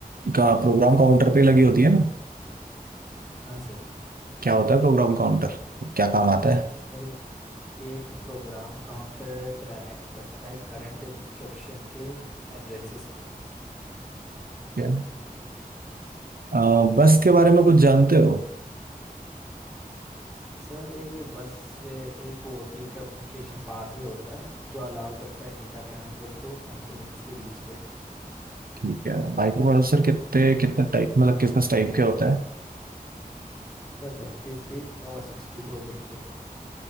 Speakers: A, on the right; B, in the centre.
A: का प्रोग्राम काउंटर पे लगी होती है ना
B: हाँ सर
A: क्या होता है प्रोग्राम काउंटर क्या काम आता
B: सर एक प्रोग्राम काउंटर ट्रैक करता है करंट इंस्ट्रक्शन के एड्रेसेस को
A: है अ, बस के बारे में कुछ जानते हो
B: सर एक बस ए- एक वो होती है कम्युनिकेशन पाथवे होता है जो अलाउ करता है डेटा ट्रांसफर को कंपोनेंट्स के बीच पे
A: ठीक है माइक्रोप्रोसेसर कितने कितने टाइप मतलब किस किस टाइप के होता है
B: सर बत्तीस बिट और सिक्सटी फोर बिट के